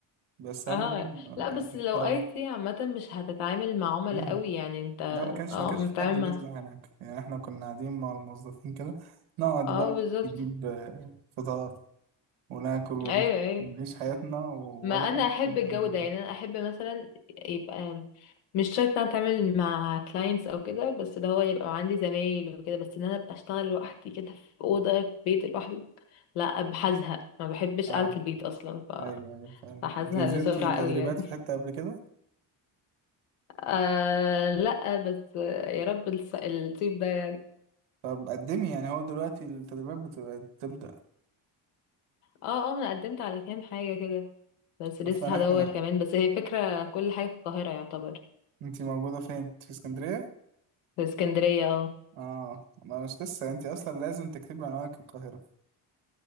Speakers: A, on the right; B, on the left.
A: بس اهم
B: اه لا بس
A: حاجة الاحترام
B: لو اي تي عامة مش هتتعامل مع عملاء
A: مم.
B: قوي يعني انت
A: لا ما كانش
B: اه
A: ما كانش
B: متعامل
A: في حد بيطلع
B: مع
A: هناك يعني احنا كنا قاعدين مع الموظفين كده نقعد
B: اه
A: بقى
B: بالظبط
A: نجيب آه، فطار وناكل ونف-
B: ايوه ايوه
A: ونعيش حياتنا ولا
B: ما انا
A: حد
B: احب
A: يجي
B: الجو
A: عندنا
B: ده يعني انا احب مثلا يبقى مش شرط انا اتعامل مع كلاينتس او كده بس ده هو يبقى عندي زمايل وكده بس ان انا ابقى اشتغل لوحدي كده في اوضه في بيت لوحدي لا هزهق ما بحبش
A: اه
B: قعده البيت اصلا ف-
A: ايوه ايوه فعلا
B: فهزهق
A: انت نزلتي
B: بسرعه
A: تدريبات
B: قوي يعني
A: في حتة قبل كده
B: آه لا بس يا رب الص- الصيف ده يعني
A: طب قدمي يعني هو دلوقتي التدريبات بتبقى تبدأ
B: اه اه انا قدمت على كام حاجة كده بس لسه
A: اصلا
B: هدور
A: احنا
B: كمان بس هي فكرة كل حاجة في القاهرة يعتبر
A: انت موجودة فين انت في اسكندرية
B: في اسكندرية اه
A: اه ما مش لسه انت اصلا لازم تكتبي عنوانك القاهرة